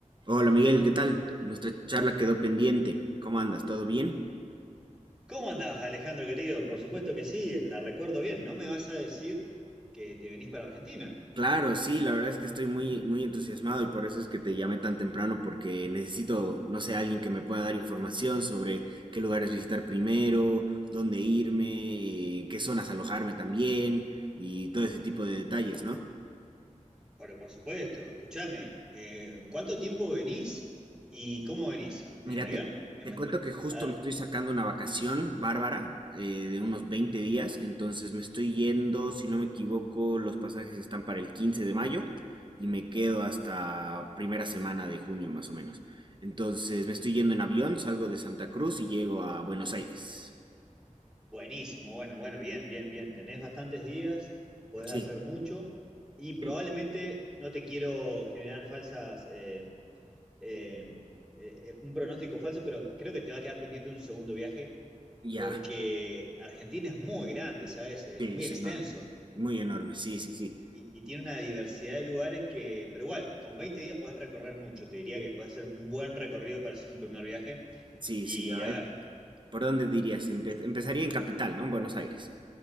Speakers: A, on the right; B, in the centre.
A: Hola Miguel, ¿qué tal? Nuestra charla quedó pendiente. ¿Cómo andas? ¿Todo bien?
B: ¿Cómo andás, Alejandro querido? Por supuesto que sí, la recuerdo bien. No me vas a decir que te venís para Argentina.
A: Claro, sí, la verdad es que estoy muy, muy entusiasmado y por eso es que te llamé tan temprano porque necesito, no sé, alguien que me pueda dar información sobre qué lugares visitar primero, dónde irme, qué zonas alojarme también y todo ese tipo de detalles, ¿no?
B: Bueno, por supuesto, escúchame. eh, ¿cuánto tiempo venís y cómo venís?
A: Mira,
B: ¿En avión?
A: te,
B: Me
A: te
B: imagino.
A: cuento que justo
B: A ver,
A: me estoy sacando una vacación bárbara eh, de unos veinte días, entonces me estoy yendo, si no me equivoco, los pasajes están para el 15 de mayo y me quedo hasta primera semana de junio más o menos. Entonces me estoy yendo en avión, salgo de Santa Cruz y llego a Buenos Aires.
B: buenísimo, bueno, bueno, bien, bien, bien. Tenés bastantes días, podés
A: Sí,
B: hacer mucho y probablemente
A: el-
B: no te quiero generar falsas, eh, eh, eh, un pronóstico falso, pero creo que te va a quedar pendiente un segundo viaje
A: ya,
B: porque Argentina es muy grande, ¿sabes? Es
A: sí,
B: muy
A: es
B: extenso
A: enorme, muy enorme, sí,
B: eh,
A: sí, sí,
B: y, y tiene una diversidad de lugares que, pero igual, con 20 días podés recorrer mucho, te diría que puedes hacer un buen recorrido para hacer un primer viaje
A: sí,
B: y
A: sí, a ver,
B: a ver.
A: ¿por dónde dirías? Empe- empezaría en Capital, ¿no? En Buenos Aires.